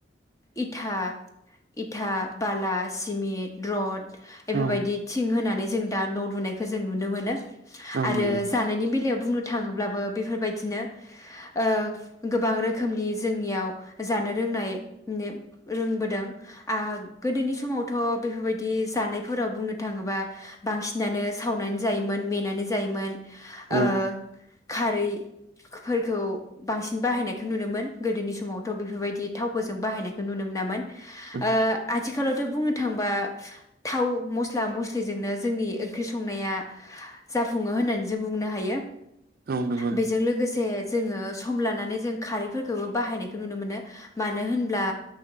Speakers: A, on the left (about 20°); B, on the right (about 55°).
A: इथा-इथा बाला सिमेट रद एफोरबायदि
B: औ
A: थिं होनानै जों दा न' लुनायखौ जों नुनो मोनो।
B: औ
A: आरो
B: नंगौ
A: जानायनि बेलायाव बुंनो थाङोब ब्लाबो बेफोरबायदिनो ओ गोबां रोखोमनि जोंनियाव जानो रोंनाय निब रोंबोदों आ गोदोनि समावथ' बेफोरबायदि जानायफोराव बुंनो थाङोबा बांसिनानो सावनानै जायोमोन मेनानै जायोमोन।
B: औ
A: ओ खारैफोरखौ बांसिन बाहायनायखौ नुनोमोन गोदोनि समाव थ' बेफोरबायदि थावखौजों बाहायनाय खौ नुनो मोनामोन
B: औ नंगौ
A: ओ आथिखालावथ' बुंनो थांबा थाव मस्ल स्ला मस्लिजोंनो जोंनि ओंख्रि संनाया जाफुङो होननानै जों बुंनो हायो।
B: उम नंगौ
A: बेजों लोगोसे जोङो स सम लानानै जों खारैफोरखौबो बाहायनायखौ नुनो मोनो मानो होनब्ला